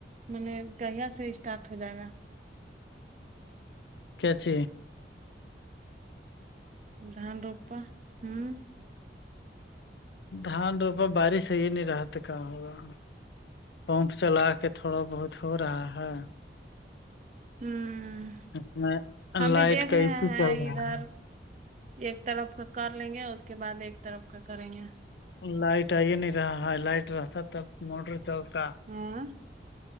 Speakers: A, on the right; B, on the left.
A: م نے گہیا سے اسٹارٹ ہو جائے گا
B: کیاچ
A: دھان روپا ہوں
B: دھان روپا بارش سے ہی نہیں رہا تھا کہاں ہوگا پمپ چلا کے تھوڑا بہت ہو رہا ہے
A: ہوں
B: اس میں
A: ہم
B: لائٹ
A: بھی دیکھ
B: کا ایشو
A: رہے ہیں
B: چل رہا
A: ادھر
B: ہے
A: ایک طرف کا کر لیں گے اس کے بعد ایک طرف کا کریں گے
B: لائٹ آئیے نہیں رہا ہے لائٹ رہتا تب موٹر چوک
A: ہاں